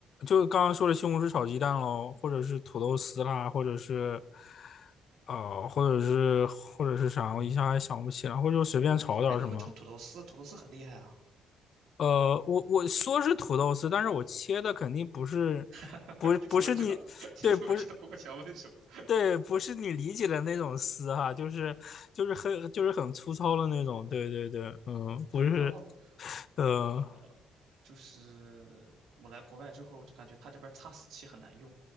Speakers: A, on the left; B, on the right.
A: 就刚刚说的西红柿炒鸡蛋喽，或者是土豆丝啦，或者是呃，或者是或者是啥，我一下还想不起来，或者就随便炒点儿什么。
B: 哎，你会炒土豆丝，土豆丝很厉害啊。
A: 呃，我我说是土豆丝，但是我切的肯定不是，
B: <laughs>
A: 不是不是你，
B: 你怎么知道？<laughs>
A: 对，
B: 你怎么知道我想问什么？
A: 不是对，不是你理解的那种丝哈，就是就是很就是很粗糙的那种，对对对，嗯，不是，
B: 对，然后
A: 呃
B: 呃，就是我来国外之后，就感觉他这边儿擦丝器很难用，